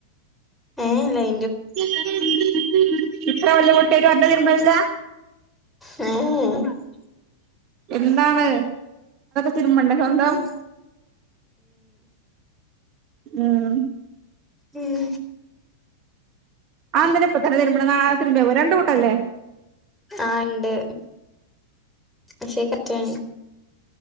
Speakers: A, in the centre; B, on the right (about 40°).
A: ഏ ലൈ
B: <unintelligible>
A: ങ്‌ ഹേ
B: എന്താണ് തിരുമ്പണ്ടേ സ്വന്തം
A: ഉം
B: ഉം
A: ഉം
B: അതെന്തിനാ ഇപ്പത്തന്നെ തിരുബന്നെ നാളെ തിരുമ്പി പോരെ രണ്ട് കൂട്ടല്ലേ
A: ആ ഇണ്ട് ക്ഷേ കട്ടൻ